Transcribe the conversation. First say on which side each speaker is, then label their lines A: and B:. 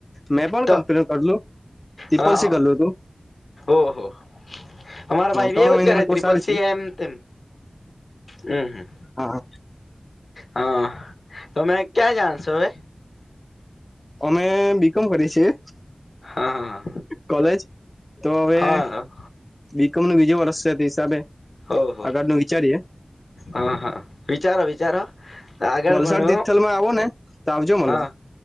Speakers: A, on the left; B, on the left.
A: મેં પણ
B: તો
A: કમ્પ્પૂટર કરેલું ત્રીપલ
B: હા
A: સી
B: હા
A: કરેલું હતું.
B: ઓહો અમારા ભાઈ
A: ત્રણ
B: બી એવું
A: મહિના
B: જ કરે
A: કોષ
B: ત્રિપલ
A: આવે છે.
B: સી એમ તેમ હમ
A: હા
B: હા તમે ક્યાં, જાવ છો હવે
A: અમે બીકોમ, કરીએ છીએ.
B: હા
A: કોલેજ તો હવે
B: હા હા
A: બીકોમ નું બીજું વર્ષ. થી હિસાબે.
B: ઓહો
A: આગળ નું વિચારીએ.
B: હા હા વિચારો વિચારો. આગળ
A: વલસાડ
B: ભણો
A: તિથલ માં આવો ને. તો આવજો મળલવા.
B: હા